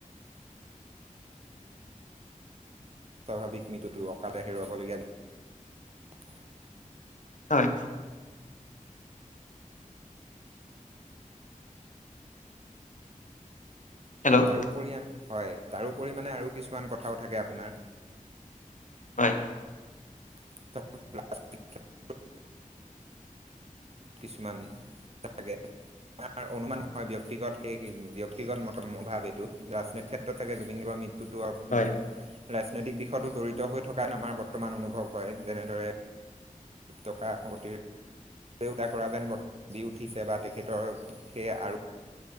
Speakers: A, on the right; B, on the left.
A: স্বাভাৱিক মৃত্যুটো অঁকাতে হেৰুৱাবলগীয়া।
B: হয়। হেল্ল'
A: তাৰওপৰি হয় তাৰোপৰি মানে আৰু কিছুমান কথাও থাকে আপোনাৰ।
B: হয়।
A: তাৰ <unintelligible> কিছুমান তাকে আমাৰ অনুমান নহয় ব্যক্তিগত সেই ব্যক্তিগত ভাৱ এইটো ৰাজনৈতিক ক্ষেত্ৰত থাকে জুবিন গাৰ্গৰ। ততো আপ <unintelligible>
B: হয়
A: ৰাজনৈতিক দিশতো জড়িত হৈ থকাত আমাৰ বৰ্তমান অনুভৱ হয় যেনেদৰে টকা সমষ্টিৰ দেউতা কৰা যেন বৰ্ত দি উঠিছে বা তেখেতৰ সেই আৰু